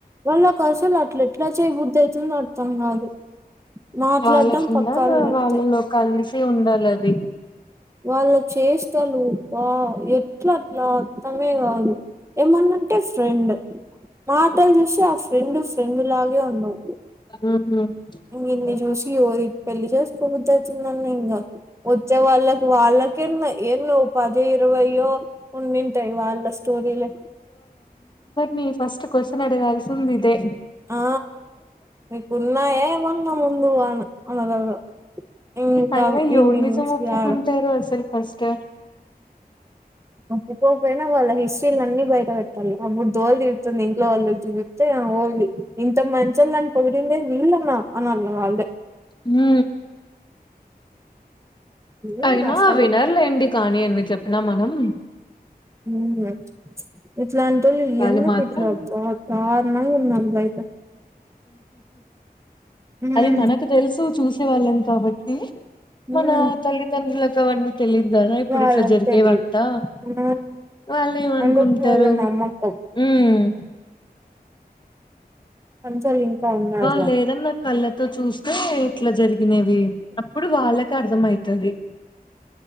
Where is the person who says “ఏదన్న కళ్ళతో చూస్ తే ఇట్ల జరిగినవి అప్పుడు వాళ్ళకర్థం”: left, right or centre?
Left